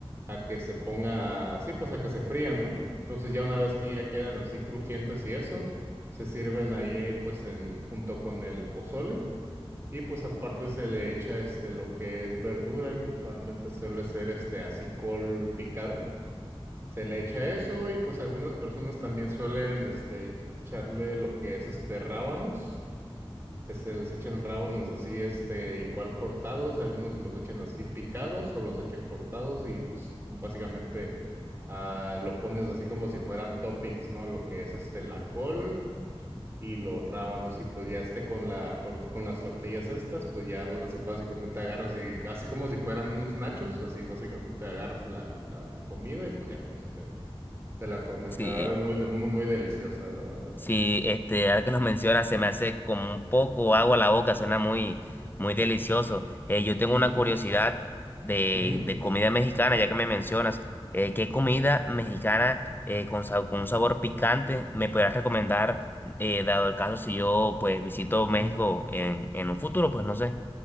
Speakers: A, on the right; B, on the left.
A: a que se ponga, sí, pues a que se frían, ¿no? Entonces ya una vez que ya quedan así crujientes y eso, se sirven ahí pues en, junto con el pozole y pues aparte se le echa este lo que es verdura, que usualmente suele ser este así col picada. Se le echa eso y pues algunas personas también suelen este echarle lo que es este rábanos este, les echan rábanos así, este, igual cortados, algunos los echan así picados o los echan cortados y pues básicamente ah, lo pones así como si fueran toppings, ¿no? Lo que es este, la col y los rábanos y pues ya este con la tor- con las tortillas estas, pues ya bas- así básicamente agarras y así como si fueran unos nachos, así básicamente agarras la, la comida y pues ya con eso te, te la comes.
B: Sí,
A: La verdad es muy, de- muy, muy deliciosa, la verdad.
B: Sí, este, ahora que los mencionas, se me hace como un poco agua a la boca, suena muy, muy delicioso. Eh, yo tengo
A: Ujú,
B: una curiosidad de,
A: ujú.
B: de comida mexicana, ya que me mencionas. Eh, ¿qué comida mexicana eh, con, sa- con un sabor picante me podrías recomendar, eh, dado el caso si yo pues visito México
A: Mm.
B: en, en un futuro? Pues no sé.